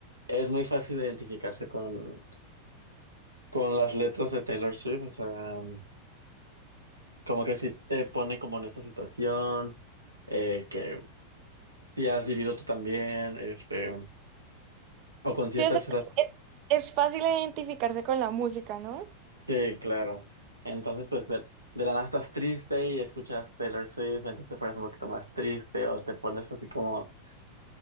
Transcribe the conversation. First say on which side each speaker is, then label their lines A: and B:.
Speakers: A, on the right; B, on the right.
A: es muy fácil identificarse con, con las letras de Taylor Swift, o sea, um, como que sí te pone como en esta situación, eh, que sí has vivido tú también, este, o con ciertas
B: Sí, o sea,
A: frases
B: es, es fácil identificarse con la música, ¿no?
A: Sí, claro. Entonces, pues de, de la nada estás triste y escuchas Taylor Swift, entonces te pones un poquito más triste o te pones así como,